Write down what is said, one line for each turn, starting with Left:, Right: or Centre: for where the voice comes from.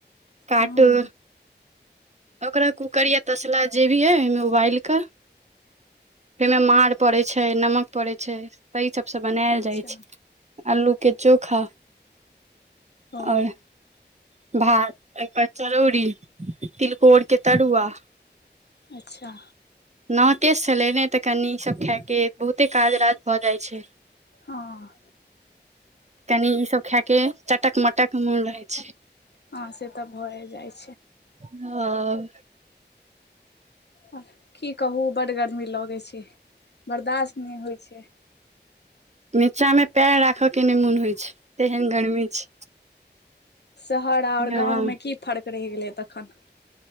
Right: काटू।
Left: हँ
Right: ओकरा कूकर या तसला जे भी हइ ओहिमे उबालि कऽ ओहिमे माँड़ पड़ै छै। नमक पड़ै छै। तहि सबसँ बनायल
Left: अच्छा
Right: जाइ छै। अलू के चोखा
Left: ओ
Right: आओर भात एहिपर चरौरी तिलकोरके तरुआ
Left: अच्छा
Right: नकेश छलै। नहि तऽ कनि ईसभ खायके बहुते काज राज भऽ जाइत छै।
Left: हँ
Right: कनि ई सब खाय के चटक मटक मोन रहेछै।
Left: हँ से तऽ भए जाइ छै।
Right: हँ
Left: आओर की कहू बड्ड गर्मी लगै छै। बर्दश्त नहि होइत छै।
Right: नीचा में पेयर राखे के नहि मोन होइ छै। तेहन गर्मी छै।
Left: शहर आओर
Right: हँ
Left: गाँंव में की फर्क रहि गेलै। तखन